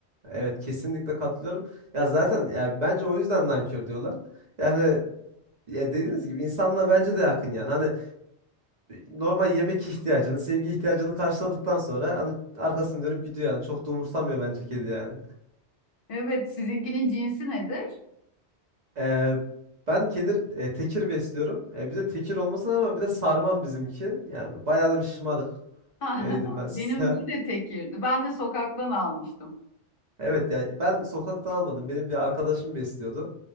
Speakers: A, on the right; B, on the left.
A: Evet kesinlikle katılıyorum. Ya zaten ya bence o yüzden nankör diyorlar. Yani ya dediğiniz gibi insanla bence de yakın yani. Hani normal yemek ihtiyacını, sevgi ihtiyacını karşıladıktan sonra hani arkasını dönüp gidiyor yani. Çok da umursamıyor bence kedi yani.
B: Evet, sizinkinin cinsi nedir?
A: Ee, ben kedir e, tekir besliyorum. E, bir de tekir olmasına rağmen bir de sarmam bizimki. Yani bayağı da bir şımarık.
B: <laughs>
A: Öyle diyeyim ben
B: Benimki
A: size. <laughs>
B: de tekirdi. Ben de sokaktan almıştım.
A: Evet yani ben sokaktan almadım. Benim bir arkadaşım besliyordu.